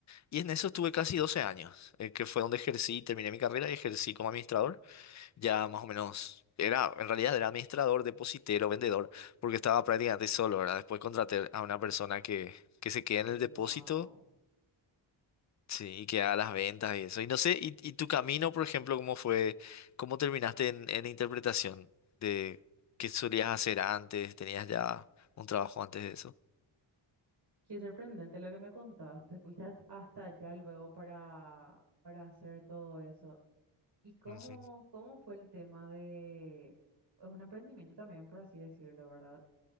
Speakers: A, on the left (about 40°); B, on the right (about 50°).
A: Y en eso estuve casi 12 años, eh, que fue donde ejercí, terminé mi carrera y ejercí como administrador. Ya más o menos, era, en realidad era administrador, depositero, vendedor, porque estaba prácticamente solo, ¿verdad? Después contraté a una persona que, que se queda en
B: Wow.
A: el depósito, sí, y que haga las ventas y eso. Y no sé, y, y tu camino, por ejemplo, cómo fue, cómo terminaste en, en interpretación de qué solías hacer antes, tenías ya un trabajo antes de eso.
B: Qué sorprendente lo que me contaste. Fuiste at- hasta allá luego para, para hacer todo eso. ¿Y cómo,
A: Ujú,
B: cómo fue el tema de... Es un emprendimiento también, por así decirlo, ¿verdad?